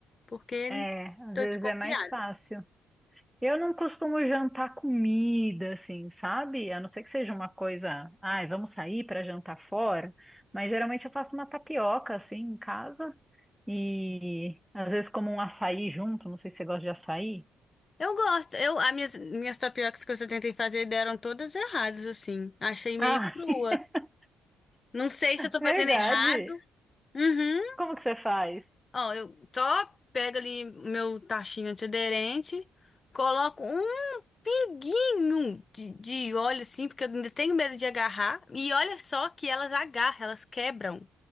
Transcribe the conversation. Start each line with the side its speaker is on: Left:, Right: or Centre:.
Left: porque
Centre: É, às
Left: tô
Centre: vezes
Left: desconfiada.
Centre: é mais fácil. Eu não costumo jantar comida, assim, sabe? A não ser que seja uma coisa, ai, vamos sair para jantar fora, mas geralmente eu faço uma tapioca assim em casa. E às vezes como um açaí junto, não sei se você gosta de açaí.
Left: Eu gosto, eu, as minhas, minhas tapiocas que eu tentei fazer deram todas erradas, assim, achei meio
Centre: Ah,
Left: crua.
Centre: <laughs>
Left: Não sei se eu tô
Centre: verdade.
Left: fazendo errado. Uhum.
Centre: Como que você faz?
Left: Ó, eu só pego ali o meu tachinho antiaderente, coloco um pinguinho de, de óleo, assim, porque eu ainda tenho medo de agarrar. E olha só que elas agarram, elas quebram.